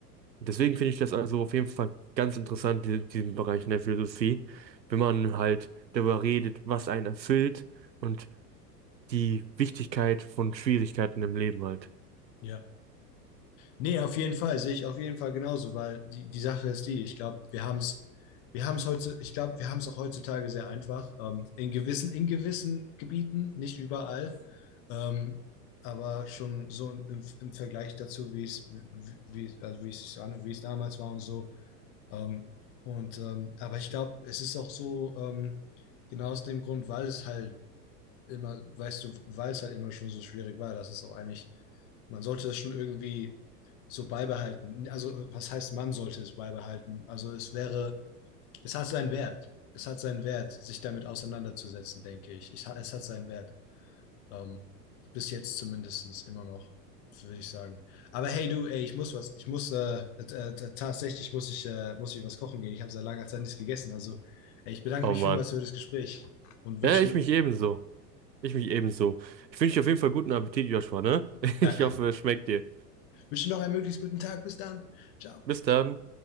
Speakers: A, on the right; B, on the left.
A: Deswegen finde ich das also auf jeden Fall ganz interessant, die- diesen Bereich in der Philosophie, wenn man halt darüber redet, was einen erfüllt und die Wichtigkeit von Schwierigkeiten im Leben halt.
B: Ja, Nee, auf jeden Fall, sehe ich auf jeden Fall genauso, weil die, die Sache ist die, ich glaube, wir haben es, wir haben es heute, ich glaube, wir haben es auch heutzutage sehr einfach, ähm, in gewissen, in gewissen Gebieten, nicht überall, ähm, aber schon so im, im, im Vergleich dazu, wie es, wie, wie- also wie es sich an, wie es damals war und so. Ähm, und ähm, aber ich glaube, es ist auch so, ähm, genau aus dem Grund, weil es halt immer, weißt du, weil es halt immer schon so schwierig war, dass es auch eigentlich, man sollte es schon irgendwie so beibehalten. Also, was heißt, man sollte es beibehalten? Also, es wäre, es hat seinen Wert. Es hat seinen Wert, sich damit auseinanderzusetzen, denke ich. ich ha- es hat seinen Wert. Ähm, bis jetzt zumindest immer noch, würde ich sagen. Aber hey, du, ey, ich muss was. Ich muss, äh, äh, t- tatsächlich muss ich, äh, muss ich was kochen gehen. Ich habe seit langer Zeit nichts gegessen. Also, ey, ich bedanke
A: Oh
B: mich
A: Mann.
B: vielmals für das Gespräch und wünschen,
A: Ja, ich mich ebenso. Ich mich ebenso. Ich wünsche dir auf jeden Fall guten Appetit, Joshua, ne? <laughs> Ich
B: danke.
A: hoffe, es schmeckt dir.
B: wünsche noch einen möglichst guten Tag. Bis dann. Ciao.
A: Bis dann.